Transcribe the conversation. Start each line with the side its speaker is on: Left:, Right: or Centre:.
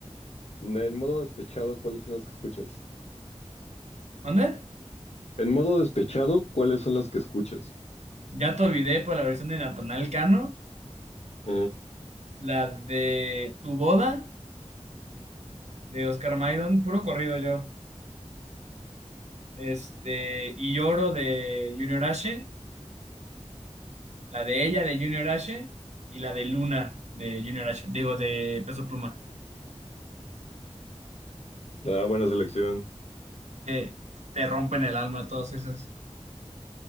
Left: En modo despechado, ¿cuáles son las que escuchas?
Right: ¿Mande?
Left: En modo despechado, ¿cuáles son las que escuchas?
Right: Ya te olvidé por la versión de Natanael Cano.
Left: Ajá.
Right: La de Tu Boda de Oscar Maidon, puro corrido yo. Este, y Lloro de Junior H, la de ella de Junior H y la de Luna de Junior H, digo de Peso Pluma,
Left: Ah, buena selección.
Right: que te rompen el alma todas esas.